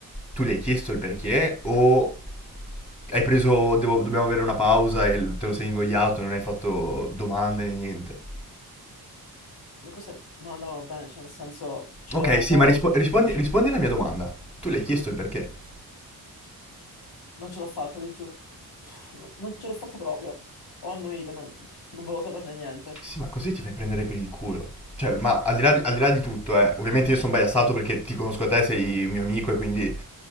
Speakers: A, on the left (about 15°); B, on the left (about 85°).
A: tu le hai chiesto il perché o hai preso, devo- dobbiamo avere una pausa e te lo sei ingoiato, non hai fatto domande né niente?
B: le cose non andavano bene, cioè nel senso ci
A: Ok,
B: vedevamo
A: sì,
B: poco,
A: ma rispo-
B: non,
A: rispondi,
B: non ce
A: rispondi alla mia domanda. Tu le hai chiesto il perché?
B: non ce l'ho fatta, ti giuro. Uff, no- non ce l'ho fatta proprio. Ho annuito, non, non volevo saperne niente.
A: Sì, ma così ti fai prendere per il culo. Cioè, ma al di là di, al di là di tutto, eh, ovviamente io sono biasato perché ti conosco a te, sei un mio amico e quindi